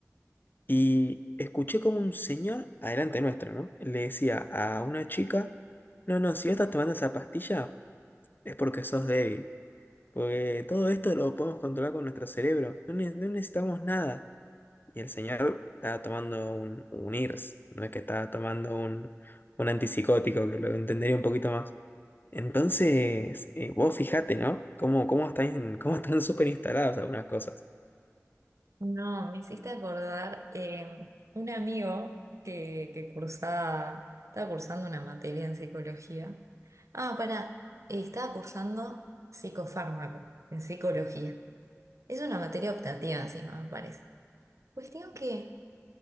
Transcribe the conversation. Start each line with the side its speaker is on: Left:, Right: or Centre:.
Left: Y escuché como un señor, adelante nuestro, ¿no? Le decía a una chica, no, no, si vos estás tomando esa pastilla es porque sos débil, porque todo esto lo podemos controlar con nuestro cerebro, no, ne- no necesitamos nada. Y el señor estaba tomando un, un IRS, no es que estaba tomando un, un antipsicótico, que lo entendería un poquito más. Entonces, eh, vos fijate, ¿no? Cómo, cómo están, cómo están <laughs> súper instaladas algunas cosas.
Right: No, me hiciste acordar eh, un amigo que, que cursaba, estaba cursando una materia en psicología. Ah, para estaba cursando psicofármaco en psicología. Es una materia optativa encima, me parece. Cuestión que,